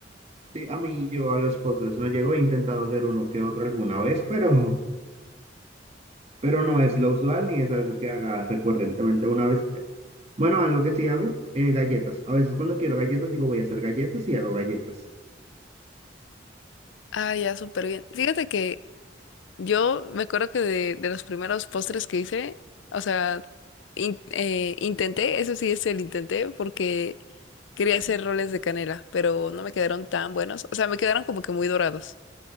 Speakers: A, on the right (about 35°); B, on the left (about 75°).
A: Sí, a mí yo a los postres no llego, he intentado hacer uno que otro alguna vez, pero, pero no es lo usual ni es algo que haga recurrentemente una vez. Bueno, algo que sí hago, eh, galletas. A veces cuando quiero galletas digo voy a hacer galletas y hago galletas.
B: Ah, ya, súper bien. Fíjate que Yo me acuerdo que de, de los primeros postres que hice, o sea, in- eh, intenté, eso sí es el intenté, porque quería hacer roles de canela, pero no me quedaron tan buenos. O sea, me quedaron como que muy dorados,